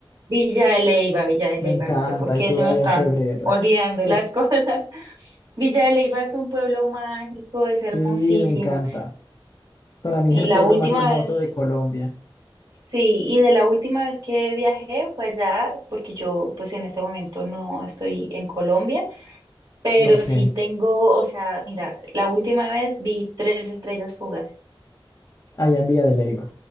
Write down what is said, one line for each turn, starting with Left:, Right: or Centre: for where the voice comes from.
Right: Villa de Leyva, Villa de Leyva,
Left: Me encanta,
Right: no sé por qué
Left: estuve
Right: se me
Left: allá
Right: están
Left: en febrero.
Right: olvidando
Left: es,
Right: las <laughs> cosas. Villa de Leyva es un pueblo mágico, es hermosísimo.
Left: Sí, me encanta. Para mí
Right: Y
Left: es el
Right: la
Left: pueblo
Right: última
Left: más hermoso
Right: vez
Left: de Colombia,
Right: Sí, y de la última vez que viajé fue allá, porque yo pues en este momento no estoy en Colombia, pero
Left: ok.
Right: sí tengo, o sea, mira, la última vez vi tres estrellas fugaces.
Left: allá en Villa de Leyva.